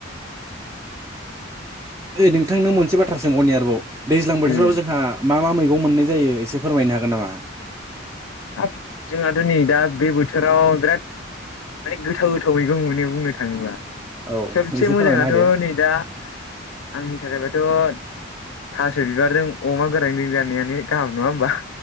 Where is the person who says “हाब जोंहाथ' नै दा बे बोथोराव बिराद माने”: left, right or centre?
Left